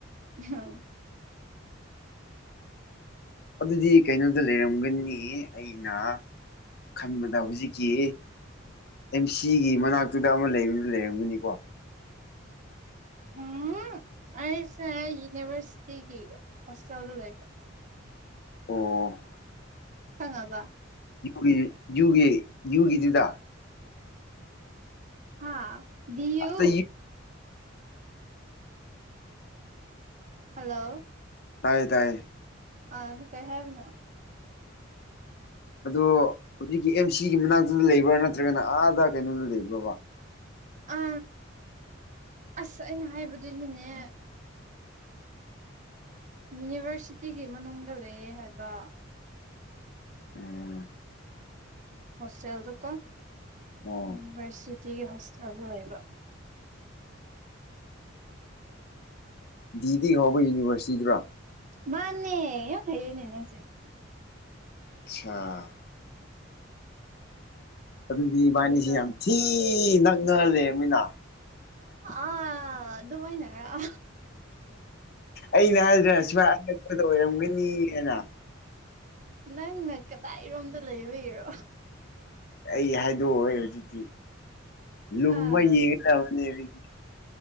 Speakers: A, on the right; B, on the left.
A: ꯎꯝ
B: ꯑꯗꯨꯗꯤ ꯀꯩꯅꯣꯗ ꯂꯩꯔꯝꯒꯅꯤ ꯑꯩꯅ ꯈꯟꯕꯗ ꯍꯧꯖꯤꯛꯀꯤ ꯑꯦꯝ ꯁꯤꯒꯤ ꯃꯅꯥꯛꯇꯨꯗ ꯑꯃ ꯂꯩꯕ ꯂꯩꯔꯝꯒꯅꯤꯀꯣ
A: ꯎꯝ ꯑꯩꯁ ꯌꯨꯅꯤꯚꯔꯁꯤꯇꯤꯒꯤ ꯍꯣꯁꯇꯦꯜ ꯂ ꯂꯩꯕ
B: ꯑꯣ
A: ꯍꯉꯕ
B: ꯒꯤ ꯖꯨꯒꯤ ꯖꯨꯒꯤꯁꯤꯗ
A: ꯍꯥꯥ ꯌꯨ
B: ꯑꯁ ꯇꯥꯏꯌꯦ
A: ꯍꯜꯂꯣ
B: ꯇꯥꯏꯌꯦ ꯇꯥꯏꯌꯦ
A: ꯑ ꯀꯩ ꯍꯥꯏꯦꯕꯅ
B: ꯑꯗꯣ ꯍꯧꯖꯤꯛꯀꯤ ꯑꯦꯝ ꯁꯤꯒꯤ ꯃꯅꯥꯛꯇꯗ ꯂꯩꯕ꯭ꯔꯥ ꯅꯠꯇ꯭ꯔꯒꯅ ꯑꯥꯗ ꯀꯩꯅꯣꯗ ꯂꯩꯕ꯭ꯔꯕ
A: ꯑ ꯑꯁ ꯑꯩꯅ ꯍꯥꯏꯕꯗꯨꯅꯦꯅꯦ ꯌꯨꯅꯤꯚꯔꯁꯤꯇꯤꯒꯤ ꯃꯅꯨꯡꯗ ꯂꯩꯌꯦꯦ ꯍꯥꯏꯕ
B: ꯎꯝ
A: ꯍꯣꯁꯇꯦꯜꯗꯨꯀꯣ
B: ꯑꯣ
A: ꯌꯨꯅꯤꯚꯔꯁꯤꯇꯤꯒꯤ ꯍꯣꯁꯇꯦꯜ ꯑꯣꯏꯕ
B: ꯗꯤꯗꯤ ꯍꯧꯕ ꯌꯨꯅꯤꯚꯔꯁꯤꯇꯤꯗꯨꯔ
A: ꯃꯥꯅꯦ ꯐꯩꯅꯦꯅꯁꯦ
B: ꯑꯆꯥ ꯑꯗꯨꯗꯤ ꯏꯕꯥꯅꯤꯁꯤ
A: ꯑꯗꯨꯗ
B: ꯌꯥꯝ ꯊꯤ ꯅꯛꯅꯍꯜꯂꯕꯃꯤꯅ
A: ꯑ ꯑꯗꯨꯃꯥꯏꯅꯔ
B: ꯑꯩꯅ ꯍꯥꯏꯗꯅ ꯁꯨꯃꯏ ꯑꯂꯛꯄꯗ ꯑꯣꯏꯔꯝꯒꯅꯤꯅ
A: ꯅꯪꯅ ꯀꯗꯥꯏꯔꯣꯝꯗ ꯂꯩꯕ ꯏꯔꯣ
B: ꯑꯩ ꯍꯥꯏꯗꯣꯛꯑꯣꯦ ꯍꯧꯖꯤꯛꯇꯤ ꯂꯨꯝꯃ
A: ꯑꯁ
B: ꯌꯦꯡꯒꯗꯕꯅꯦ ꯍꯧꯖꯤꯛꯇꯤ